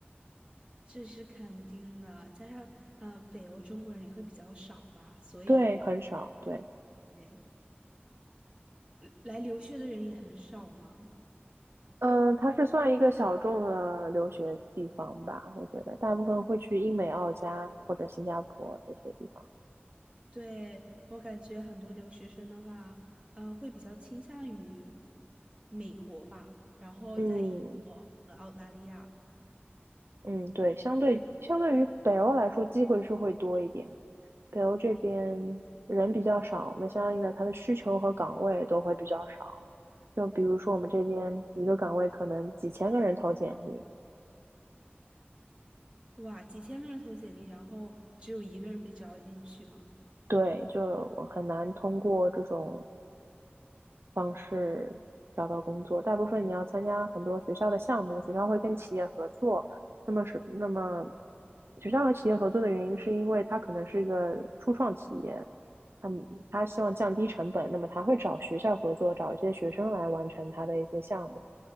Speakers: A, on the right (about 25°); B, on the right (about 75°).
A: <laughs> 这是肯定的。加上呃，北欧中国人也会比较少吧，所以
B: 对，很少。对，
A: 也来留学的人也很少嘛。
B: 嗯，它是算一个小众的留学地方吧，我觉得大部分会去英美、澳加或者新加坡这些地方。
A: 对，我感觉很多留学生的话，呃，会比较倾向于美国吧，然后在英国和澳大利亚，
B: 嗯嗯，对，相对相对于北欧来说，机会是会多一点。北欧这边人比较少，那相应的它的需求和岗位都会比较少。就比如说我们这边一个岗位可能几千个人投简历，
A: 哇，几千个人投简历，然后只有一个人被招进去嘛。
B: 对，就很难通过这种方式找到工作。大部分你要参加很多学校的项目，学校会跟企业合作。那么是那么，学校和企业合作的原因是因为它可能是一个初创企业，他们他希望降低成本，那么他会找学校合作，找一些学生来完成他的一些项目。